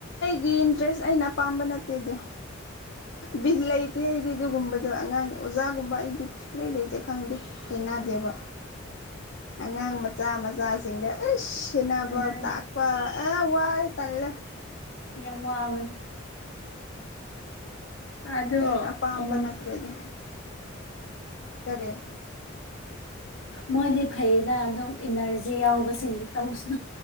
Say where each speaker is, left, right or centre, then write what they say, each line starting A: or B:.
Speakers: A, on the left; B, on the left.
A: ꯒꯤ ꯏꯟꯇꯔꯦꯁ ꯑꯩꯅ ꯑꯄꯥꯝꯕ ꯅꯠꯇꯦꯗ ꯕꯤꯜ ꯂꯩꯇꯦ ꯑꯩꯗꯤ ꯑꯗꯨꯒꯨꯝꯕ ꯑꯗꯣ ꯑꯉꯥꯡ ꯑꯣꯖꯥꯒꯨꯝꯕ ꯑꯩꯗꯤ ꯁꯨꯛꯂꯩ ꯂꯩꯇꯦ ꯈꯪꯗꯦ ꯂꯩꯅꯗꯦꯕ ꯑꯉꯥꯡ ꯃꯆꯥ ꯃꯆꯥꯁꯤꯡꯗ ꯑꯁ ꯁꯟꯅꯕ
B: ꯑꯗꯨꯅꯦ
A: ꯇꯥꯛꯄ ꯑ ꯋꯥꯏ ꯇꯜꯂꯦ
B: ꯌꯥꯝꯃꯒꯟ ꯑꯗꯣ
A: ꯑꯩꯅ ꯑꯄꯥꯝꯕ
B: ꯑꯣ
A: ꯅꯠꯇ꯭ꯔꯦꯗ ꯇꯔꯦꯠ
B: ꯃꯣꯏꯗꯤ ꯐꯩꯅ ꯑꯗꯨꯝ ꯏꯅꯔꯖꯤ ꯌꯥꯎꯕꯁꯤꯡꯗꯤ ꯇꯧꯁꯤ